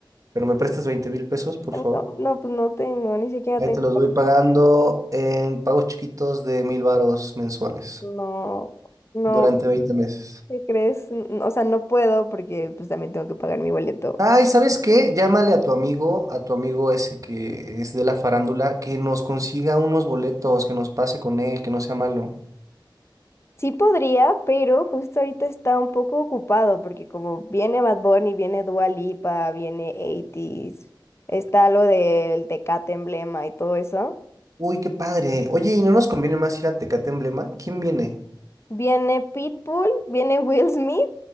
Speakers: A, on the right; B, on the left.
A: pero me prestas veinte mil pesos, por favor.
B: no, no, pues no tengo, ni siquiera
A: Ahí
B: tengo,
A: te los voy pagando en pagos chiquitos de mil varos mensuales
B: no, no,
A: durante 20 meses.
B: ¿qué crees? N- O sea, no puedo porque pues también tengo que pagar mi boleto.
A: Ay, ¿sabes qué? Llámale a tu amigo, a tu amigo ese que es de la farándula, que nos consiga unos boletos, que nos pase con él, que no sea malo.
B: Sí podría, pero justo ahorita está un poco ocupado porque como viene Bad Bunny, viene Dua Lipa, viene 80 está lo del Tecate Emblema y todo eso.
A: Uy, qué padre. Oye, ¿y no nos conviene más ir a Tecate Emblema? ¿Quién viene?
B: Viene Pitbull, viene Will Smith,